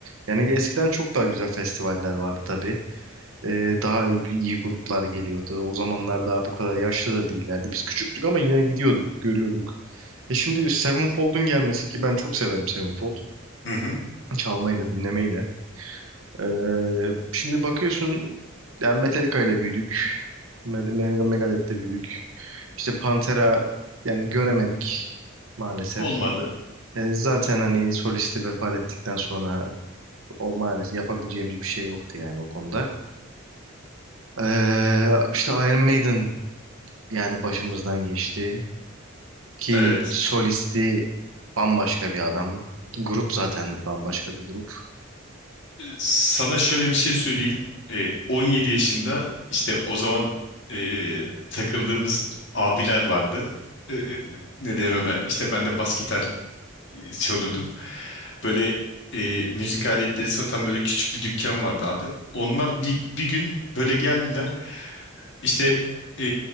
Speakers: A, on the right; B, on the left.
A: Yani eskiden çok daha güzel festivaller vardı tabii. Ee, daha iyi, iyi gruplar geliyordu. O zamanlar daha bu kadar yaşlı da değillerdi. Biz küçüktük ama yine gidiyorduk, görüyorduk. E şimdi Sevenfold'un gelmesi ki ben çok severim Sevenfold.
B: Hı hı.
A: Çalmayı da dinlemeyi de. Ee, şimdi bakıyorsun yani Metallica ile büyüdük. Med- Meg- Megadeth'te büyüdük. İşte Pantera yani göremedik maalesef.
B: Olmadı.
A: Ee, zaten hani solisti vefat ettikten sonra o maalesef yapabileceğimiz bir şey yoktu yani o konuda. Ee, işte Iron Maiden yani başımızdan geçti. Ki
B: Evet.
A: solisti bambaşka bir adam. Grup zaten bambaşka bir grup.
B: Ee, Sana şöyle bir şey söyleyeyim. Ee, 17 yaşında işte o zaman ee, takıldığımız abiler vardı. Ee, e, ne der ona? İşte ben de bas gitar e, çalıyordum. Böyle e, müzik aletleri satan böyle küçük bir dükkan vardı abi. Onlar bir, bir gün böyle geldiler. İşte e,